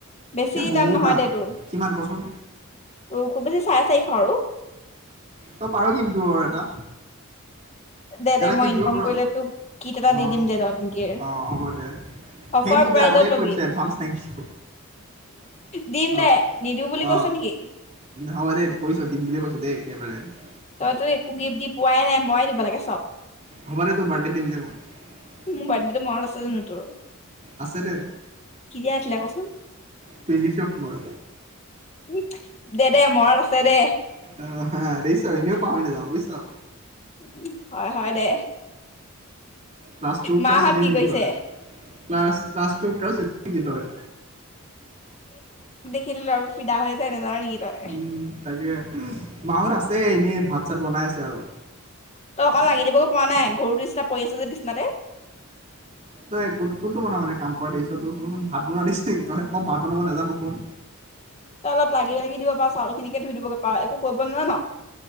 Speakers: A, on the left; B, on the right.
A: বেছি
B: এই বহুত
A: দাম নহয় দে তোৰ
B: কিমান কচোন
A: ত খুব বেছি চাৰে চাৰিশ আৰু
B: তই পাৰ গিব দিব বাৰু এটা
A: দে দে
B: এটা
A: মই
B: গিভ
A: ইনকাম
B: দিব পাৰ
A: কৰিলে তোক কিট এটা
B: অ
A: দি দিম দে ডট এণ্ড কিৰ
B: অ হ'ব দে
A: অফাৰ
B: থেংক ইউ
A: প্ৰাইজত
B: দে আগতে
A: ল'বি
B: কৰি দিছ এডভানস থেংক ইউ।
A: দিম
B: অ
A: দে নিদিওঁ বুলি কৈছ
B: অ
A: নেকি
B: হ'ব দে কৈছ দিম বুলিয়ে কৈছো দেই কেমেৰাইন
A: তইতো একো গিফ্ট দি পোৱাই নাই ময়ে দিব লাগে চব
B: হ'ব দে টোৰ বাৰ্থডে দিম দে মই
A: মোৰ বাৰ্থডেটো মনত আছে জানো তোৰ
B: আছে দে
A: কেতিয়া আছিলে কচোন?
B: টুৱেণ্টি থ্ৰী অক্টোবৰ
A: উম দে দে মনৰত আছে দে
B: অ হােইছন পাৱনা যাওঁ বুজিছা।
A: উ হয় হয় দে
B: ক্লাছ টুৰ
A: মাহঁত
B: পৰা চিনি
A: কি
B: নেকি
A: কৰিছে
B: তই ক্লাছ ক্লা ট ক্লাছ নে তই
A: খেল আৰু ফিদা হৈ যায় নাজান নেকি তই
B: উম তাকে মাহত আছে এনেই ভাত ত চাত বনাই আছে আৰু
A: তই অকন লাগি দিবগো প নাই ঘৰুতো নিচিনা পৰি আছ যে নিচিনাতে
B: তই কোন কোনটো বন মানে কাম কৰাছ তই কচোন ভাত বনোৱা দিছ নেকি তই মই ভাত বনাব নাজানো কোন
A: তই অলপ লাগি লাগি দিব পাৰ চাউল খিনিকে ধুই দিবগে পাৰ একো কৰিব নোৱাৰে ন